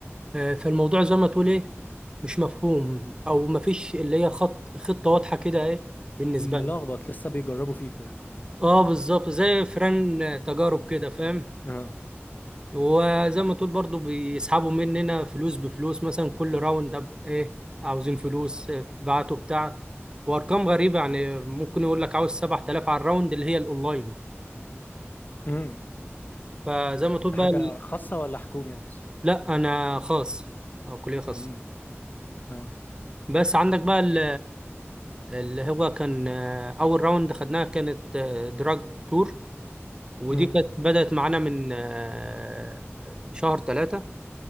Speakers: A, on the right; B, on the left.
A: آه، فالموضوع زي ما تقول ايه مش مفهوم او مفيش اللي هي خط خطة واضحة كده ايه بالنسبة
B: ملخبط
A: لنا
B: لسه بيجربوا فيكوا يعني
A: اه بالظبط زي فران آه، تجارب كده فاهم
B: اه
A: وزي ما تقول برضو بيسحبوا مننا فلوس بفلوس مثلا كل راوند أب- ايه عاوزين فلوس آه، بعتوا بتاع وارقام غريبة يعني ممكن يقول لك عاوز 7000 على الراوند اللي هي الاونلاين
B: امم
A: فزي ما تقول
B: ده
A: بقى
B: حاجة
A: ال-
B: خاصة ولا حكومي اصلا
A: لا انا خاص او كلية خاصة
B: امم اه
A: بس عندك بقى ال- اللي هو كان آه، اول راوند خدناها كانت دراج تور ودي
B: امم
A: كانت بدأت معانا من آه، شهر ثلاثة